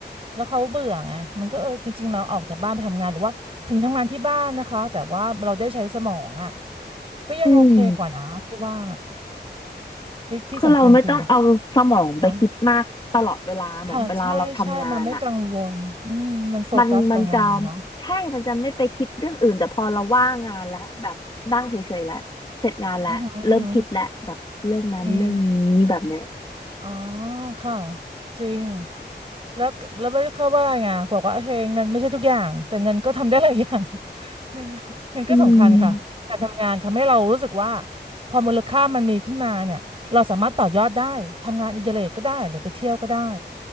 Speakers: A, on the right (about 30°); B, on the left (about 25°).
A: แล้วเขาเบื่อไงมันก็เออจริงๆเราออกจากบ้านไปทำงานหรือว่าถึงทำงานที่บ้านนะคะแต่ว่าเราได้ใช้สมองอ่ะก็ยังโอเคกว่านะพี่ว่า
B: อืม
A: ที่ที่สำคัญคือ
B: คือเราไม่ต้องเอาสมองไปคิดมากตลอดเวลาเหมือนเวลาเราทำงานอ่ะ
A: ฮะค่ะใช่ใช่มันไม่กังวลอืมมันโฟกัสกับงานเนาะ
B: มันมันจะใช่มันจะไม่ไปคิดเรื่องอื่นแต่พอเราว่างงานแล้วแบบนั่งเฉยๆแล้วเสร็จงานแล้วเริ่มคิดแล้วแบบเรื่องนั้นเรื่องนี้แบบเนี้ย
A: อือหืออือหืออืม อ๋อค่ะจริงแล้วแล้วไม่เข้าว่าอะไรไงบอกว่าโอเคเงินไม่ใช่ทุกอย่างแต่เงินก็ทำได้หลายอย่าง <laughs> เงินก็เงินก็สำคัญค่ะการทำงานทำให้เรารู้สึกว่า
B: อืม
A: พอมูลค่ามันมีขึ้นมาเนี่ยเราสามารถต่อยอดได้ทำงานอดิเรกก็ได้หรือไปเที่ยวก็ได้